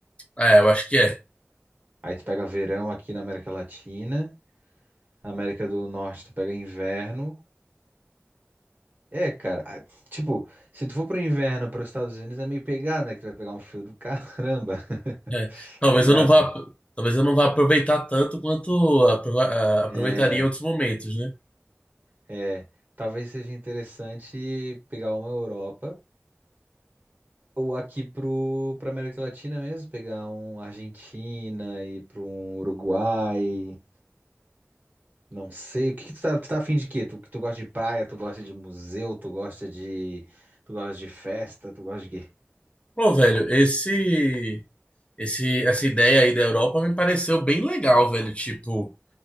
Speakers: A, on the left (about 25°); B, on the right (about 40°).
A: É, eu acho que é.
B: Aí tu pega verão aqui na América Latina. América do Norte tu pega inverno. É, cara, a- tipo, se tu for pro inverno, para os Estados Unidos é meio pegado, né? Que tu vai pegar um frio do caramba, <laughs>
A: É. Talvez
B: tá ligado,
A: eu não vá,
B: né?
A: talvez eu não vá aproveitar tanto quanto aprova- ah, aproveitaria
B: É,
A: em outros momentos, né?
B: é, talvez seja interessante pegar uma Europa ou aqui pro, pra América Latina mesmo, pegar um Argentina e para um Uruguai, não sei. O que que tu tá, tu tá afim de quê? Tu, tu gosta de praia, tu gosta de museu, tu gosta de, tu gosta de festa, tu gosta de quê?
A: Pô, velho, esse, esse, essa ideia aí da Europa me pareceu bem legal, velho. Tipo,